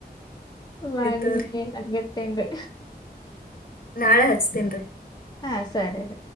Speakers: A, on the left; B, on the left.
A: ಮಾಡಿದ
B: ತೋರಿ
A: ಏನ್ಗತ್ತೇನ್ರಿ
B: ನಾಳೆ ಹಚ್ತನ್ರಿೀ
A: ಹಾ ಸರಿ ರ